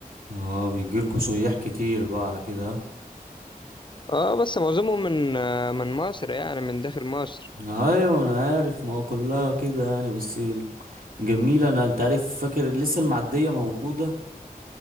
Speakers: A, on the right (about 70°); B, on the left (about 30°).
A: اه بيجيلكوا سياح كتير بقى على كده
B: اه بس معظمهم من آه، من مصر يعني من داخل مصر
A: ها؟ ايوه انا عارف ما هو كلها كده يعني بس ال- جميله انا انت عارف فاكر لسه المعديه موجوده